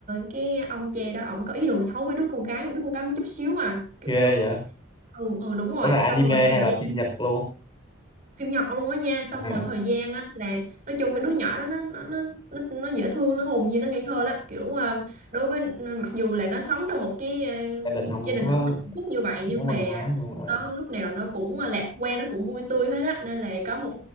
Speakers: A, on the right (about 40°); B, on the left (about 20°).
A: cái ông cha đó ổng có ý đồ xấu với đứa con gái đứa con gái một chút xíu à kiểu
B: ghê
A: như
B: vậy
A: ừ ừ đúng rồi
B: ủa là
A: xong
B: anime
A: rồi thời
B: hay là
A: gian
B: phim Nhật luôn
A: phim Nhật luôn á nha xong
B: à,
A: rồi thời gian á là nói chung cái đứa nhỏ đó nó nó nó nó, nó dễ thương nó hồn nhiên nó ngây thơ lắm kiểu à, đối với ừ, mặc dù là nó sống trong một cái à,
B: gia đình không
A: gia đình
B: có
A: không hạnh phúc như vậy nhưng
B: có
A: mà
B: văn hóa nhưng mà
A: nó lúc nào nó cũng ờ, lạc quan nó cũng vui tươi hết á nên là có một